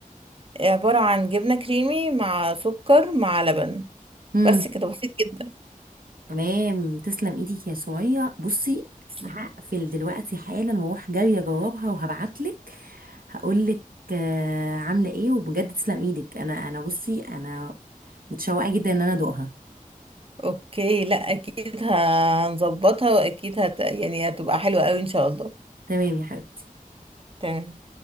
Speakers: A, on the right; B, on the right.
A: عبارة عن جبنة كريمي مع سكر مع لبن
B: امم
A: بس كده بسيط جدا
B: تمام تسلم ايدك يا سوريا بصي
A: تسلم.
B: هقفل دلوقتي حالا واروح جايه اجربها وهبعتلك هقولك آه، عامله ايه وبجد تسلم ايدك انا انا بصي انا متشوقه جدا ان انا ادوقها
A: اوكي لا اكيد هنظبطها واكيد هت... يعني هتبقى حلوة قوي ان شاء الله
B: تمام يا حبيبتي
A: تمام